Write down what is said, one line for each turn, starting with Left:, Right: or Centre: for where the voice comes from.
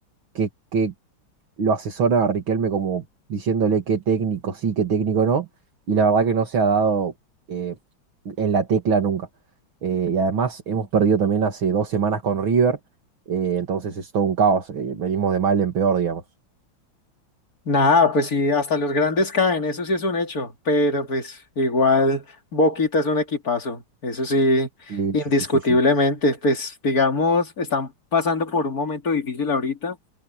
Right: qué, qué, lo asesora a Riquelme como diciéndole qué técnico sí, qué técnico no, y la verdad que no se ha dado eh, en la tecla nunca. Eh, y además hemos perdido también hace dos semanas con River, eh, entonces es todo un caos, eh, venimos de mal en peor, digamos.
Left: Nada, pues sí, hasta los grandes caen, eso sí es un hecho, pero pues igual Boquita es un equipazo, eso sí,
Right: Sí,
Left: indiscutiblemente,
Right: sí, sí, sí, sí.
Left: pues digamos, están pasando por un momento difícil ahorita,